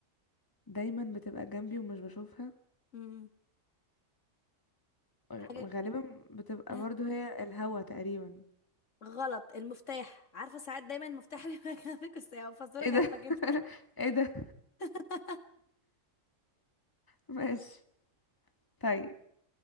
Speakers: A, on the left; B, on the left.
A: دايما بتبقى جنبي ومش بشوفها
B: امم
A: غ-
B: حاجة
A: غالبا بتبقى
B: آه،
A: برضو هي الهوا تقريبا
B: غلط المفتاح عارفة ساعات دايما المفتاح بيبقى <laughs> جنبك بس هي فزورة
A: ايه
B: غريبة
A: ده
B: جدا
A: <laughs> ايه ده
B: <laughs>
A: ماشي طيب